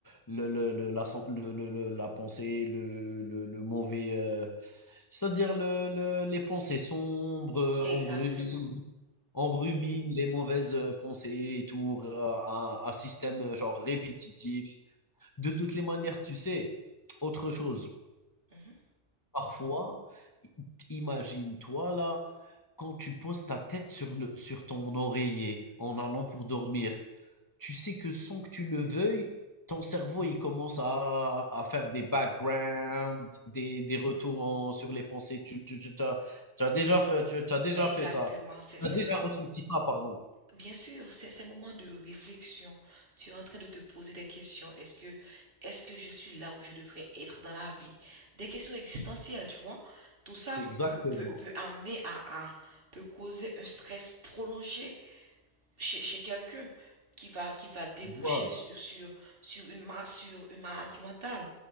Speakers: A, on the left; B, on the right.
A: le le le la sen le le le la pensée, le le le mauvais, heu, c'est-à-dire le le les pensées sombres, heu,
B: Exactement.
A: on rumine on rumine les mauvaises, heu, pensées et tout, r un un système, heu, genre répétitif. De toutes les manières, tu sais, autre chose
B: Mhm.
A: Parfois, i imagine-toi là, quand tu poses ta tête sur le sur ton oreiller en allant pour dormir, tu sais que sans que tu le veuilles, ton cerveau, il commence à à faire des backgrounds, des des retours en sur les pensées. Tu tu tu tu as tu as déjà fait tu tu as déjà
B: Exactement.
A: fait ça?
B: C'est
A: Tu
B: c'est
A: as déjà
B: c'est
A: ressenti ça, pardon.
B: Bien sûr, c'est ces moments de réflexion, tu es en train de te poser des questions. Est-ce que, est-ce que je suis là où je devrais être dans la vie? Des questions existentielles, tu vois. Tout ça
A: Exactement,
B: peut, peut, peut amener à, à, peut causer un stress prolongé chez, chez quelqu'un qui va, qui va déboucher
A: voilà,
B: sur, sur, sur une, ma- sur une maladie mentale.